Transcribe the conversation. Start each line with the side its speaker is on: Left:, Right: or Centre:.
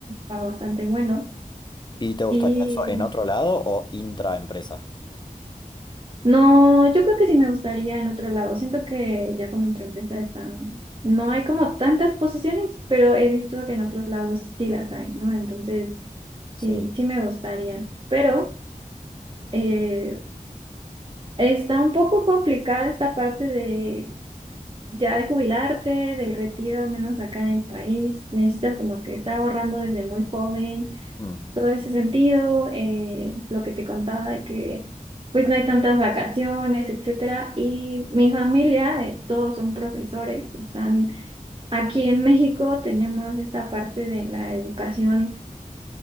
Right: va bastante bueno.
Left: ¿Y te gustaría
Right: Y
Left: eso en otro lado o intraempresa?
Right: no, yo creo que sí me gustaría en otro lado, siento que ya con mi empresa está, no hay como tantas posiciones, pero he visto que en otros lados sí las hay, ¿no? Entonces sí,
Left: Sí.
Right: sí me gustaría, pero... Eh, está un poco complicada esta parte de ya de jubilarte, del retiro, al menos acá en el país. Necesitas como que estar ahorrando desde muy joven,
Left: Mm,
Right: todo ese sentido, eh, lo que te contaba de que pues no hay tantas vacaciones, etcétera. Y mi familia, eh, todos son profesores, están aquí en México, tenemos esta parte de la educación